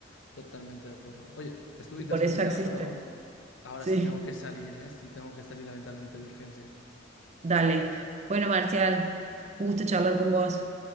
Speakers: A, on the left; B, on the right.
A: Totalmente de acuerdo. Oye, estuvo
B: Y
A: interesante
B: por eso
A: el tema,
B: existe.
A: pero Ahora
B: Sí,
A: sí tengo que salir, ¿eh? Sí tengo que salir lamentablemente de urgencia.
B: dale. Bueno, Marcial, un gusto charlar con vos.